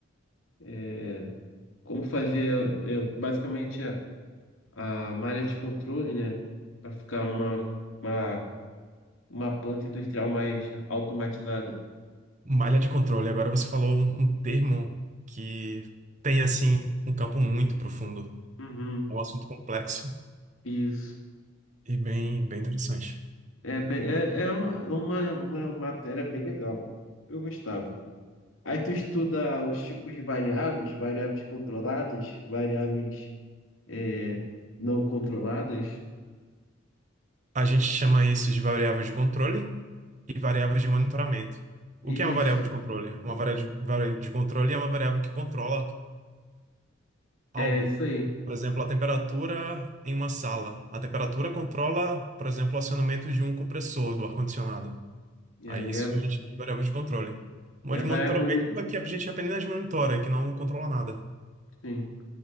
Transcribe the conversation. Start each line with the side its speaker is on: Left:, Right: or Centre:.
Left: é, como fazer é, basicamente a, a malha de controle, né, para ficar uma, uma, uma planta industrial mais automatizada.
Right: Malha de controle. Agora você falou um, um termo que tem, assim, um campo muito profundo.
Left: Uhum.
Right: É um assunto complexo
Left: Isso.
Right: e bem, bem interessante.
Left: É, bem, é, é uma, uma, uma matéria bem legal. Eu gostava. Aí tu estuda os tipos de variáveis, variáveis controladas, variáveis é, não controladas.
Right: A gente chama isso de variável de controle e variável de monitoramento. O
Left: Isso,
Right: que é uma variável de controle? Uma variável de, variável de controle é uma variável que controla algo.
Left: é isso aí.
Right: Por exemplo, a temperatura em uma sala. A temperatura controla, por exemplo, o acionamento de um compressor do ar-condicionado.
Left: É,
Right: Aí
Left: e
Right: isso
Left: é
Right: a gente variável de controle. Uma
Left: e a
Right: de
Left: variável
Right: monitoramento
Left: monitor,
Right: é que a gente apenas monitora, que não controla nada.
Left: sim.